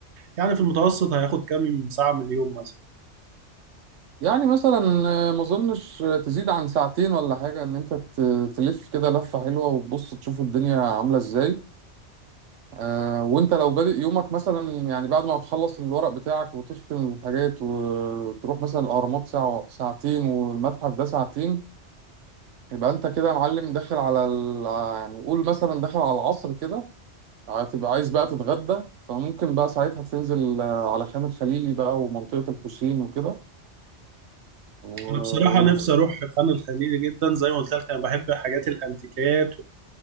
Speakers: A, on the right; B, on the right.
A: يعني في المتوسط هياخد كام ساعة من اليوم مثلا
B: يعني مثلا آه، ما اظنش تزيد عن ساعتين ولا حاجه ان انت ت- تلف كده لفه حلوه وتبص تشوف الدنيا عامله ازاي آه وانت لو بادئ يومك مثلا يعني بعد ما تخلص الورق بتاعك وتختم الحاجات وتروح مثلا الاهرامات ساعه ساعتين والمتحف ده ساعتين يبقى انت كده يا معلم داخل على ال... يعني قول مثلا داخل على العصر كده هتبقى عايز بقى تتغدى فممكن بقى ساعتها تنزل آه، على خان الخليلي بقى ومنطقة الحسين وكده و...
A: انا بصراحة
B: و...
A: نفسي اروح خان الخليلي جدا زي ما قلت لك انا بحب حاجات الانتيكات